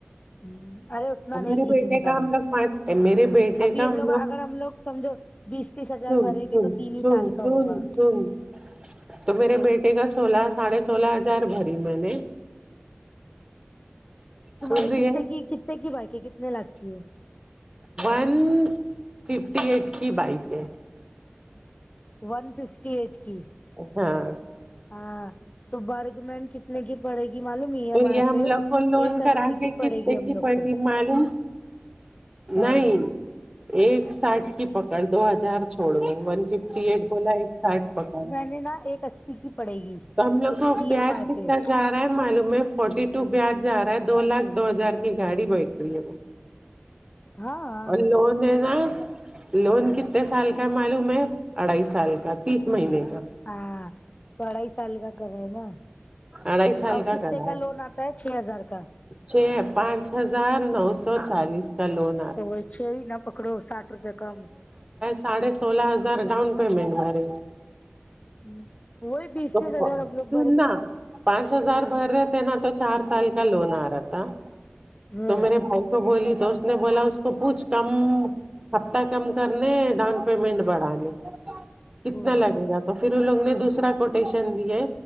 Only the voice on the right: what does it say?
اب
میرے
بیٹے کا
ہم لوگ پانچ اے میرے بیٹے
کا
ہم
سن
سن
سن
سن
سن تو میرے بیٹے کا سولہ ساڑھے سولہ ہزار بھری میں نے
سن رہی
ہے
ون ففٹی ایٹ کی بائک ہے
ہاں
تو
ہم
لوگ کو لون
کرا
کے
کتنے
کی
پڑتی
معلوم
نہیں ایک ساٹ کی پکڑ دو ہزار چھوڑو ون فف ففٹ ایڈ بولا ایک ساٹ پکڑ
تو ہم لوگ کو
پیاز
پتا
جا معلوم ہے فورٹی ٹو بیاج جا رہا ہے دو لاکھ دو ہزار کی گاڑی بیٹھ رہی ہے وہ
ای فون نا لون کتنے سال کا معلوم ہے اڑائی سال کا تیس مہینے کا
اڑائی سال
کرا
ہے
چھ پانچ ہزار نو سو چالیس کا لون آ
ساڈے سولہ ہزار ڈاؤن پیمنٹ بے
تو
سننا
پانچ ہزار بھر رہے تھے نا تو چار سال کا لون آ رہا تھا
تو میرے بھائی اس کو بولی تو اس نے بولا اس کو کچھ کم ہفتہ کم کرنے ڈاؤن پیمنٹ بڑھانے کتنا
لگے گا تو پھر ان لوگوں نے دوسرا کوٹیشن دی ہے